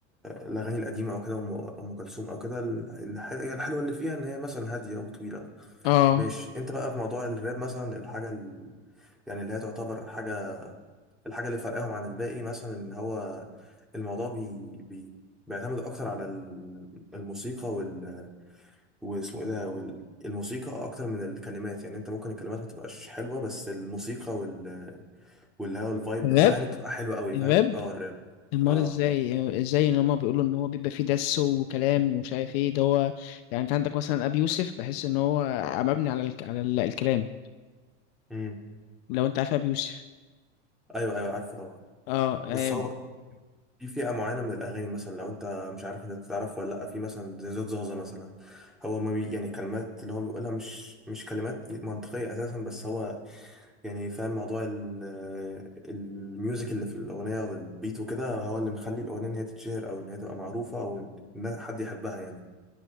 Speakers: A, in the centre; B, on the left (about 55°).
A: آه، الاغاني القديمه او كده ام أم كلثوم او كده ال- الح- هي الحلوه اللي فيها ان هي مثلا هاديه وطويله
B: اه
A: ماشي انت بقى في موضوع الراب مثلا الحاجه ال... يعني اللي هي تعتبر حاجه الحاجه اللي فرقاهم عن الباقي مثلا ان هو الموضوع بي... بي... بيعتمد اكتر على ال- الموسيقى وال واسمه ايه ده وال... الموسيقى اكتر من الكلمات يعني انت ممكن الكلمات ما تبقاش حلوه بس الموسيقى وال واللي هو الفايب
B: الراب
A: بتاعها يعني بتبقى حلوه قوي
B: الراب
A: فاهم اه الراب
B: امال
A: اه
B: ازاي ازاي ان هما بيقولوا ان هو بيبقى فيه دس وكلام ومش عارف ايه ده هو يعني انت عندك مثلا ابي يوسف بحس ان هو مبني على الك... على ال- الكلام
A: امم
B: لو انت عارف ابي يوسف
A: ايوه ايوه عارفه طبعا
B: اه اه
A: بس هو بقى في فئه معينه من الاغاني مثلا لو انت مش عارف انت تعرف ولا لا في مثلا زي زياد زازا مثلا هو ما بي يعني كلمات اللي هو بيقولها مش مش كلمات منطقيه اساسا بس هو يعني فاهم موضوع ال- الميوزك اللي في الاغنيه والبيت وكده هو اللي مخلي الاغنيه ان هي تتشهر او ان هي تبقى معروفه او ان حد يحبها يعني